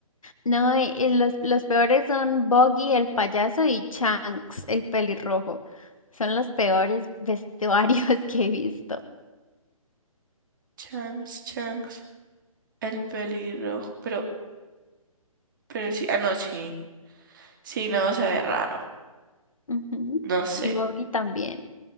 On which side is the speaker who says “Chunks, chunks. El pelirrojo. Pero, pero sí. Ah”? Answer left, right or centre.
Right